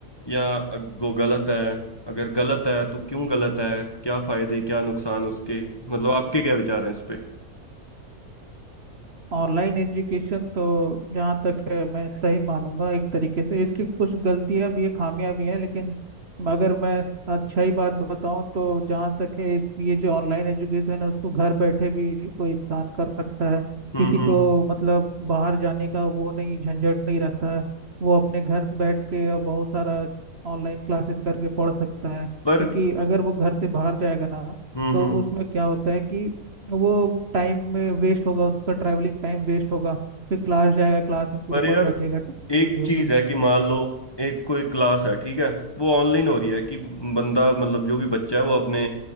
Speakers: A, on the left; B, on the right.
A: या वो गलत है अगर गलत है तो क्यों गलत है क्या फायदे क्या नुकसान उसके मतलब आपके क्या विचार हैं इस पे
B: ऑनलाइन एजुकेशन तो जहाँ तक है मैं सही मानूंगा एक तरीके से इसकी कुछ गलतियां भी है खामियां भी हैं लेकिन अगर मैं अच्छा ही बात बताऊं तो जहाँ तक है इस ये जो ऑनलाइन एजुकेशन है उसको घर बैठे भी कोई इंसान कर सकता है
A: हम्म
B: किसी
A: हम्म
B: को मतलब बाहर जाने का वो नहीं झंझट नहीं रहता है वो अपने घर बैठ के बहुत सारा ऑनलाइन क्लासेस करके पढ़ सकता है क्योंकि
A: पर
B: अगर वो घर से बाहर जाएगा ना
A: हम्म
B: तो
A: हम्म
B: उसमें क्या होता है कि वो टाइम में वेस्ट होगा उसका ट्रैवलिंग टाइम वेस्ट होगा फिर क्लास जाएगा क्लास में पूरा
A: पर यार
B: पर बैठेगा शेड्यूल
A: एक चीज
B: में
A: है कि मान लो एक कोई क्लास है ठीक है वो ऑनलाइन हो रही है कि बंदा मतलब जो भी बच्चा है वो अपने